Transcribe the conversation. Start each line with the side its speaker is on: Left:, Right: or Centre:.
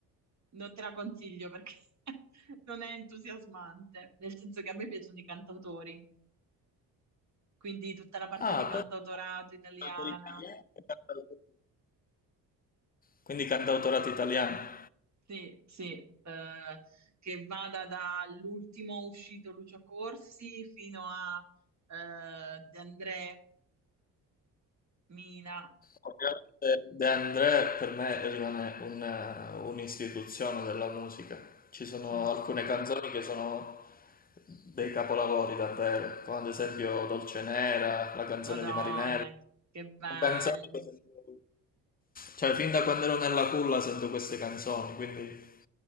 Right: non te la consiglio perché <laughs> non è entusiasmante, nel senso che a me piacciono i cantautori, quindi tutta la parte
Left: Ah,
Right: di cantautorato
Left: però cantautore
Right: italiana,
Left: italiano e cantauto- Quindi cantautorato italiano.
Right: sì, sì, eh, che vada dall'ultimo uscito Lucio Corsi fino a eh, De André, Mina,
Left: Ovviamente De André per me rimane un- un'istituzione della musica. Ci sono
Right: sì.
Left: alcune canzoni che sono dei capolavori davvero, come ad esempio Dolce Nera, la canzone
Right: Madonna,
Left: di Marinello.
Right: che bello.
Left: Canzoni che sentivo- Cioè, fin da quando ero nella culla sento queste canzoni, quindi